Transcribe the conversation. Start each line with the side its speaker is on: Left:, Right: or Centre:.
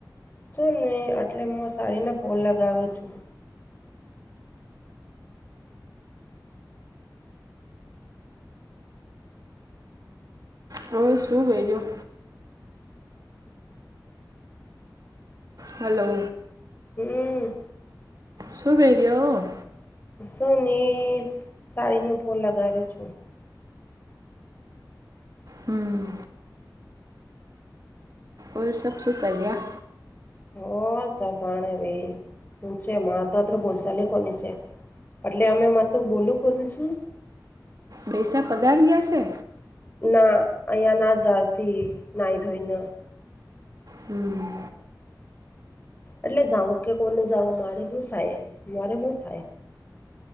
Left: શું નહી, એટલે હું સાડીના ફોલ લગાવું છું.
Right: હવે શું કર્યો હલો
Left: અમ
Right: શુભરી યો
Left: શું ની, સાડીનો ફૂલ લગાવ્યો છું.
Right: હમ. ઓલ, સબ શું કર્યા
Left: હો સાભાણે, ભ શું છે મા તોત્ર બોલશાલી કોની છે. એટલે અમે, મા તું બોલું કોને શું
Right: ભૈસા પગારયાસે?
Left: ના અહીંયા, ના જારસી ના ધોના
Right: હમ
Left: એટલે જાઉું કે કોને જાાવું, મારે શું સાય મારે શું થાય